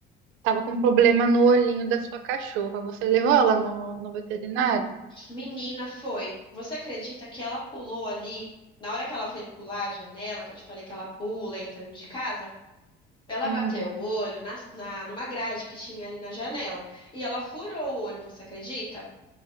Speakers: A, on the right (about 80°); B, on the left (about 25°).
A: tava com problema no olhinho da sua cachorra. Você levou ela no, no veterinário?
B: Menina foi. Você acredita que ela pulou ali? Na hora que ela foi pular a janela, que eu te falei que ela pula entra de casa, ela
A: Uhum.
B: bateu o olho na, na- numa grade que tinha ali na janela. E ela furou o olho, você acredita?